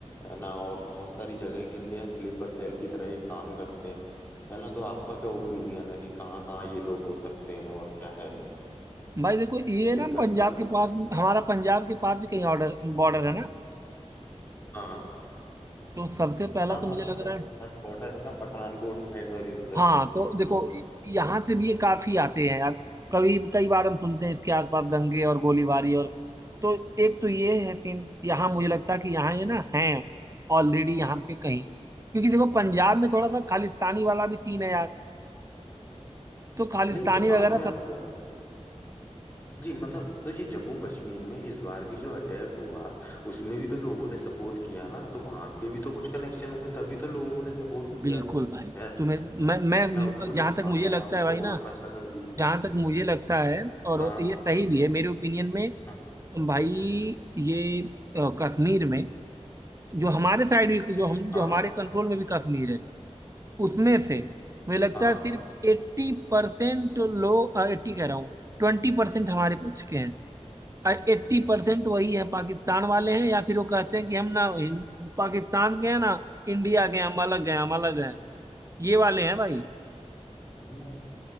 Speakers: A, on the left (about 20°); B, on the right (about 25°).
A: है ना और बहुत सारी जगह के इनके यहाँ स्लीपर सेल की तरह ये काम करते हैं है ना तो आपका क्या ओपिनियन है कि कहाँ कहाँ ये लोग हो सकते हैं और क्या है
B: भाई देखो ये
A: इनका
B: ना पंजाब
A: चाल
B: के पास
A: हाँ
B: हमारा पंजाब के पास भी कहीं ऑर्डर बॉर्डर है ना
A: हाँ
B: तो सबसे पहला
A: हाँ
B: तो
A: हाँ,
B: मुझे
A: पंजाब
B: लग रहा है
A: के पास बॉर्डर है ना पठानकोट साइड और ये साइड
B: हाँ तो देखो
A: पूरा
B: यहाँ से भी ये काफी आते हैं यार कभी कई बार हम सुनते हैं इसके आसपास दंगे और गोलीबारी और तो एक तो ये है सीन यहाँ मुझे लगता है कि यहाँ ये ना है ऑलरेडी यहाँ पे कहीं क्योंकि देखो पंजाब में थोड़ा सा खालिस्तानी वाला भी सीन है यार तो खालिस्तानी
A: नहीं तो
B: वगैरह
A: आपने आप
B: सब
A: जी मतलब तो ये जम्मू कश्मीर में इस बार भी जो अटैक हुआ उसमें भी तो लोगों ने सपोर्ट किया ना तो वहां के भी तो कुछ कनेक्शन होंगे तभी तो लोगों ने सपोर्ट किया
B: बिल्कुल भाई
A: है
B: तुम्हें मैं मैं
A: ना उनको
B: जहाँ
A: छुपाया
B: तक मुझे लगता
A: उनको
B: है भाई ना
A: वहां पर शरण दी
B: जहाँ तक मुझे लगता है और
A: हाँ
B: ये सही भी है मेरे ओपिनियन में
A: हाँ
B: भाई ये अ, कश्मीर में जो हमारे साइड भी जो हम जो
A: हाँ
B: हमारे कंट्रोल में भी कश्मीर है उसमें से मुझे लगता
A: हाँ।
B: है सिर्फ एट्टी परसेंट लोग एट्टी कह रहा हूँ ट्वेंटी परसेंट हमारे पक्ष के हैं और एट्टी परसेंट वही है पाकिस्तान वाले हैं या फिर वो कहते हैं कि हम ना हिं- पाकिस्तान के हैं ना इंडिया के हैं हम अलग हैं हम अलग हैं ये वाले हैं भाई
A: नहीं